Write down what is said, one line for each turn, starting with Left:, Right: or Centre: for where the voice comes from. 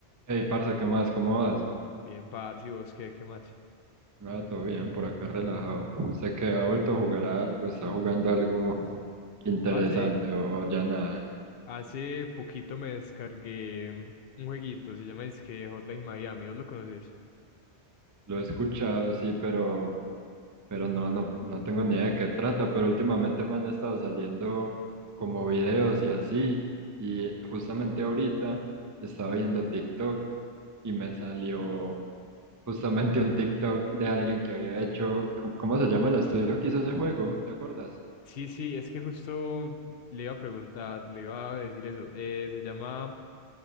Right: Hey, parce, ¿qué más? ¿Cómo vas?
Left: Bien, parce, ¿y vos qué, qué más?
Right: Ah, todo bien, por acá relajado. ¿Sé que ha vuelto a jugar a algo? ¿Está jugando algo interesante
Left: Parce,
Right: o, o ya nada?
Left: hace poquito me descargué mm, un jueguito, se llama dizque Hotline Miami, ¿vos lo conoces?
Right: Lo he escuchado, sí, pero, pero no, no, no tengo ni idea de qué trata, pero últimamente me han estado saliendo como videos y así, y justamente ahorita estaba viendo TikTok y me salió justamente un TikTok de alguien que había hecho, ¿cómo cómo se llama el estudio que hizo ese juego? ¿Te acuerdas?
Left: Sí, sí, es que justo le iba a preguntar, le iba a decir eso. Eh, se llama...